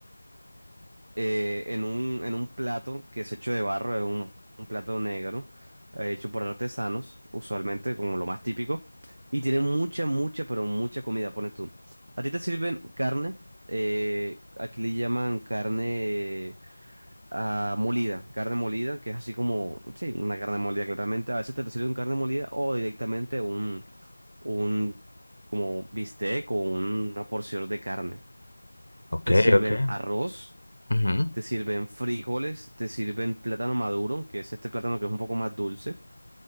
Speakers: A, on the right; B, on the left.
A: eh, en un, en un plato que es hecho de barro, es un, un plato negro, eh, hecho por artesanos, usualmente como lo más típico, y tiene mucha, mucha, pero mucha comida, pone tú. A ti te sirven carne, eh, aquí le llaman carne ah, molida, carne molida, que es así como, sí, una carne molida claramente, a veces te, te sirven carne molida o directamente un, un como bistec o una porción de carne.
B: Ok,
A: Te sirven
B: ok.
A: arroz
B: Ujú,
A: te sirven frijoles, te sirven plátano maduro, que es este plátano que es un poco más dulce.